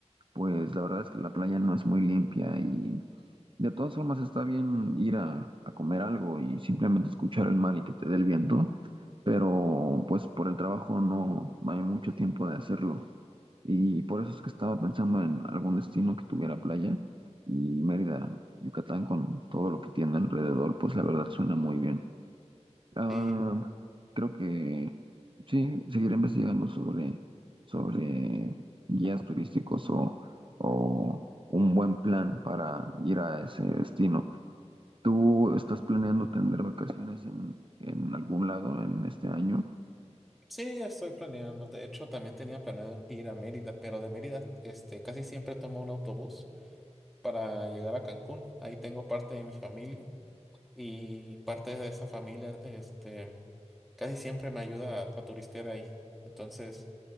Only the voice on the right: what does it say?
pues la verdad es que la playa no es muy limpia y de todas formas está bien ir a, a comer algo y simplemente escuchar el mar y que te dé el viento, pero pues por el trabajo no no hay mucho tiempo de hacerlo. Y por eso es que estaba pensando en algún destino que tuviera playa y Mérida, Yucatán, con todo lo que tiene alrededor, pues la verdad suena muy bien. Ah,
creo que sí, seguiré investigando sobre, sobre guías turísticos o, o un buen plan para ir a ese destino. ¿Tú estás planeando tener vacaciones en, en algún lado en este año?